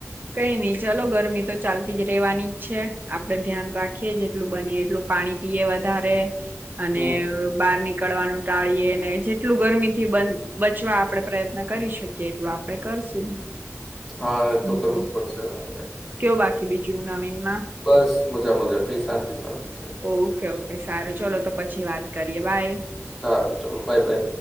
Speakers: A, on the right; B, in the centre.
A: કઈ નઈ ચલો ગરમી તો ચાલતી જ રહેેવાની જ છે. આપડે ધ્યાન રાખીએ જેટલું બનીએ એટલું પાણી પીએ વધારે અને
B: હમ
A: બારની નીકળવાનું ટાળીએ ને જેટલું ગરમી થી બ બચવા આપડે પ્રયત્ન કરી શકીએ એટલું આપડે કરશું.
B: હા
A: હમ.
B: તો કરવું જ પડશે હવે આપડે
A: કયો બાકી બીજું નવીનમાં?
B: બસ મજા મજા કઈ શાંતિ શાંતિ છે
A: ઓકે ઓકે સારું ચલો તો પછી વાત કરીએ બાય.
B: સારું ચલો બાય બાય